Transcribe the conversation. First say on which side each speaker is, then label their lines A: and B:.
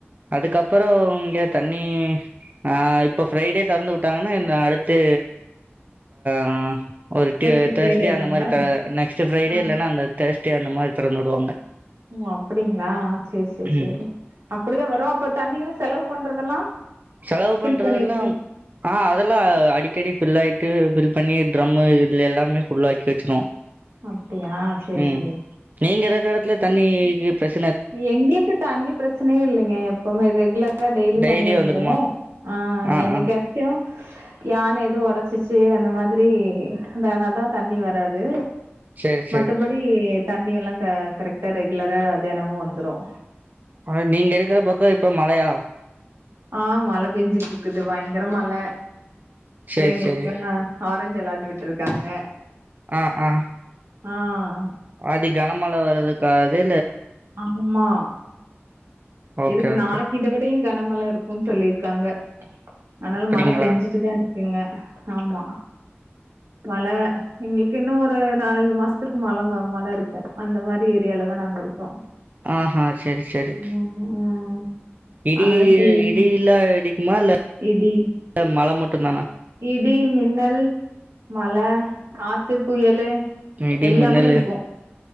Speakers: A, on the right; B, on the right.
A: அதுக்கப்பறோம் எத் தண்ணி ஆன் இப்போ ஃப்ரைடே தெறந்து விட்டாங்கன்னா இந்த அடுத்து ஆன் ஒரு டே
B: நெக்ஸ்ட் ஃப்ரைடே
A: தேர்ஸ்டே அந்த
B: தாங்களா
A: மாரி த நெக்ஸ்ட் ஃப்ரைடே
B: ஆ
A: இல்லைன்னா அந்த தேர்ஸ் டே அந்த மாரி தெறந்துவுடுவாங்க
B: ஓ அப்டிங்ளா சேர் சேர் செரி
A: ம்
B: அப்டிதா வரும் அப்ப தண்ணியெல்லா செலவு பண்றதெல்லா
A: செலவு
B: ஃபில்
A: பண்றதெல்லாம்
B: பண்ணி வச்சுக்க
A: ஆஹ் அதெல்லாம் அடிக்கடி ஃபில்லாயிட் டு ஃபில் பண்ணி டிரம்மு இதுல எல்லாமே ஃபுல்லாக்கி வச்சிருவோ
B: அப்டியா சேரி
A: உம்
B: சேரி
A: நீங்க இருக்கர இடத்துல தண்ணி க்கு பிரஸ்
B: எங்குளுக்கு தண்ணி பிரச்சனேயே இல்லைங்க எப்பவுமே ரெகுலரா டெய்லியும்
A: டெய்லி
B: தண்ணி வந்துரு
A: வந்துருமா
B: ஆன்
A: ஆ
B: என்னைக்காச்சும்
A: ஆ
B: யான எதுவு உடைச்சிச் சி அந்த மாதிரி அந்த நா தா தண்ணி வராது
A: சேரி சேரி
B: மத்தபடி தண்ணி எல்லா க கரெக்டா ரெகுலரா தினமு வந்துரும்
A: ஆனா நீங்க இருக்கிற பக்கோ இப்ப மழையா
B: ஆன் மழ பெஞ்சிட்டு இருக்குது பயங்கர மழ
A: சேரி
B: ரே எங்களுக்கெள்ளா
A: சேரி
B: ஆரஞ்ச் அலார்ட் விட்டுருக்காங்க
A: ஆஹ் ஆஹ்
B: ஆஹ்
A: அதி கனமழ வர்துக்காவது
B: ஆமா
A: ஓகே
B: இருக்கு நாளைக்கு
A: ஓகே
B: இத விடையும் கனமழை இருக்கும் சொல்லிருக்காங்க அனால
A: அப்படிங்களா
B: மழை பெஞ்சிட்டு தா இருக்குங்க ஆமா மழை எங்களுக்கு இன்னும் ஒரு நாலஞ்சு மாசதுக்கு மழை மழை இருக்கும் அந்த மாரி ஏரியால தான் நாங்க இருக்கோ
A: ஆஹ்ஹா செரி செரி
B: ம் ம்
A: இடி
B: ஆனால ஃபுல்லா
A: இடில்லா இடிக்குமா இல்ல
B: இடி
A: மழை மட்டும் தானா
B: இடி மின்னல் மழ காத்து புயலு
A: இடி
B: எல்லாமே
A: மின்னலு
B: இருக்கும்